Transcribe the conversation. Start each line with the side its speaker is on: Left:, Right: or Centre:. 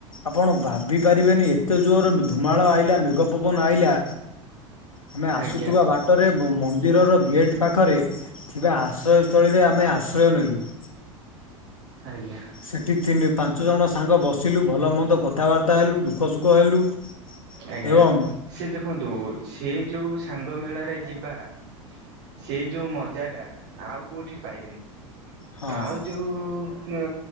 Left: ଆପଣ ଭାବି ପାରିବେନି ଏତେ ଜୋର ଧୁମାଳ ଆଇଲା ମେଘ ପବନ ଆଇଲା ଆମେ ଆସୁଥିବା
Right: ଆଜ୍ଞା
Left: ବାଟରେ ମ ମ ମନ୍ଦିରର ଗେଟ୍ ପାଖରେ ଥିବା ଆଶ୍ରୟସ୍ଥଳୀରେ ଆମେ ଆଶ୍ରୟ ନେଲୁ।
Right: ଆଜ୍ଞା।
Left: ସେଠି ତିନି ପାଞ୍ଚ ଜଣ ସାଙ୍ଗ ବସିଲୁ ଭଲ ମନ୍ଦ କଥାବାର୍ତ୍ତା ହେଲୁ ଦୁଃଖ ସୁଖ ହେଲୁ।
Right: ଆଜ୍ଞା
Left: ଏବଂ
Right: ସେଇ ଦେଖନ୍ତୁ ସେ ଯୋଉ ସାଙ୍ଗ ମେଳାରେ ଯିବା ସେ ଯୋଉ ମଜା ଟା ଆଉ କୋଉଠି ପାଇବେନି।
Left: ହଁ
Right: ଆଉ ଯୋଉ ଆ